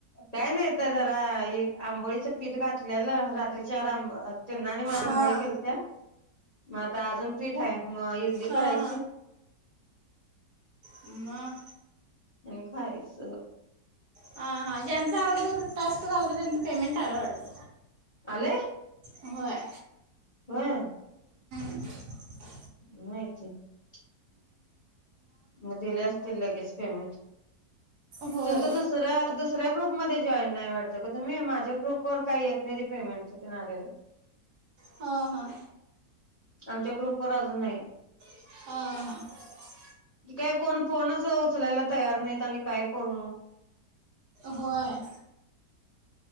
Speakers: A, on the left; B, on the right.
A: काय नाय हिथं जरा ये आंबोळीचं पीठ घातलेलं रात्री चार आंब अ त्यांना आणि मला आंबोळ्या
B: हां
A: केलत्या म आता अजून पीठ हाय मग इडली
B: हां
A: करायची
B: म
A: आणि खायच
B: हा, हा ज्यांचा अगोदर टास्क झालता त्यांचं पेमेंट आल वाटतं.
A: आलंय?
B: होय.
A: व्हय.
B: <inaudible>
A: <unintelligible> मग दिले असतील लगेच. पेमेंट.
B: होय
A: तुमचा दुसऱ्या दुसऱ्याकडं मध्ये जॉईन नाही वाटत का तुम्ही? माझ्या ग्रुपवर काय येत नाही ते पेमेंटच तेन आलेलं.
B: हा, हा.
A: आमच्या ग्रुपवर अजून नाही.
B: हा.
A: क काय कोण फोनच उचलायला तयार नाहीत आणि काय करू मग.
B: होय.